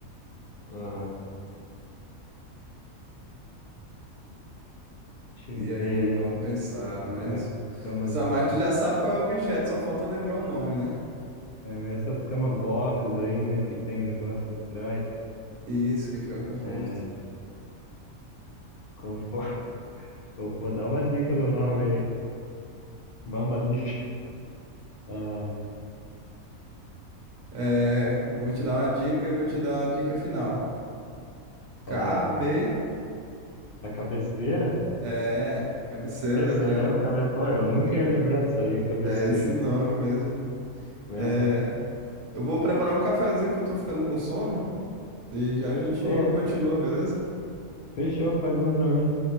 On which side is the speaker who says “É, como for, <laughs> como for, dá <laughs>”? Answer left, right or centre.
Left